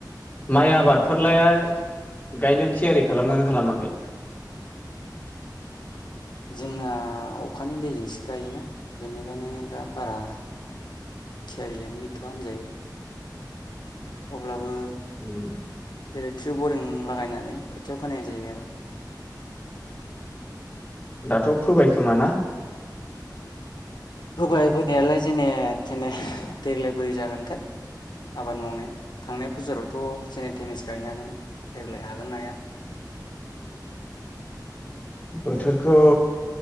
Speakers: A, on the left; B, on the left.
A: माइ
B: औ
A: आबादफोरलाय गायनो थियारि खालामोन खालामाखै?
B: जोंना अखानि दैजोंसो गायोना बेनिखायनो दा बारा थियारियानो गैथ'आ होनजायो। अब्लाबो
A: उम।
B: इलेक्ट्रि बरिं लागायनानै खोथिया फोनाय जायो आरो।
A: दाथ' फोबायखोमा ना?
B: फोबाय फोनायालाय जेने थेने देग्लाय बोरै जागोनथाय आबाद मावनाया। थांनाय बुजोरावथ' जेने थेनेसो गायनो हादोंमोन। देग्लाय हागोन ना हाया?
A: बोथोरखौ